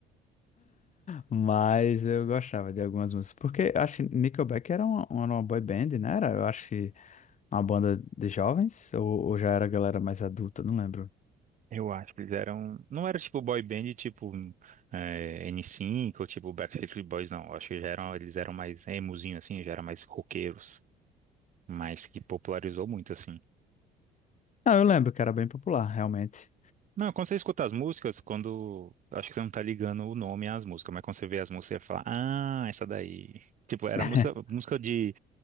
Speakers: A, on the left; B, on the right.
A: mas eu gostava de algumas músicas, porque eu acho que Nickelback era uma, uma uma boy band, né? Era, eu acho que uma banda de jovens, ou, ou já era galera mais adulta, não lembro.
B: Eu acho que eles eram. Não era tipo boy band tipo hum, é, N5 ou tipo Backstreet Boys, não. Eu acho que já eram, eles eram mais emozinho, assim, já eram mais roqueiros. Mas que popularizou muito, assim.
A: Não, eu lembro que era bem popular, realmente.
B: Não, quando você escuta as músicas, quando. Acho que você não tá ligando o nome às músicas, mas quando você vê as músicas, você fala, ah, essa daí. Tipo, era
A: <laughs>
B: música, música de,